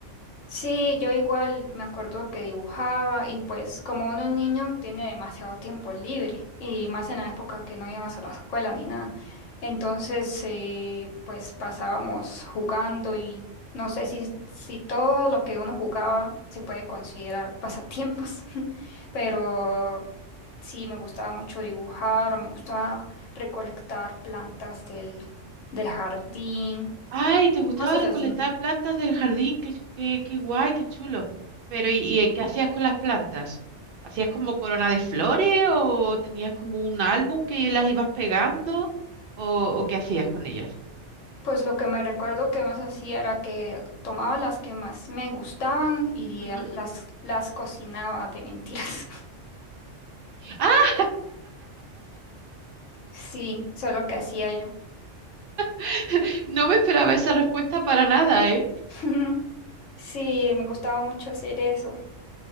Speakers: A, on the left; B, on the right.
A: sí, yo igual me acuerdo que dibujaba y pues como uno es niño tiene demasiado tiempo libre y más en la época que no ibas a la escuela ni nada. Entonces, eh, pues pasábamos jugando y no sé si, si todo lo que uno jugaba se puede considerar pasatiempos, <laughs> pero Sí, me gustaba mucho dibujar o me gustaba recolectar plantas del, del jardín,
B: Ay, te gustaba
A: cosas
B: recolectar
A: así.
B: plantas del jardín, qué, ch- qué, qué guay, qué chulo. Pero, ¿y, y eh, qué hacías con las plantas? ¿Hacías como corona de flores o tenías como un álbum que las ibas pegando o, o qué hacías con ellas?
A: Pues lo que me recuerdo que más hacía era que tomaba las que más me gustaban y
B: Ujú.
A: a- las, las cocinaba de mentiras. <laughs>
B: ¡Ah!
A: Sí, eso es lo que hacía yo.
B: <laughs> No me esperaba esa respuesta para nada, ¿eh?
A: <laughs> Sí, me gustaba mucho hacer eso.